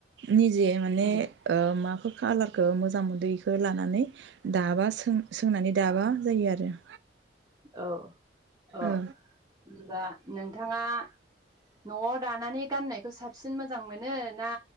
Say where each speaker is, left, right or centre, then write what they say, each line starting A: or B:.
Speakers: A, on the right (about 70°); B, on the right (about 20°).
A: निजे माने
B: उम
A: मा कालारखौ मो जां मोदैखौ लानानै दाबा सों सोंनानै दाबा जायो आरो
B: औ औ
A: ओ
B: होनबा नोंथाङा न'आव दानानै गाननायखौ साबसिन मोजां मोनो ना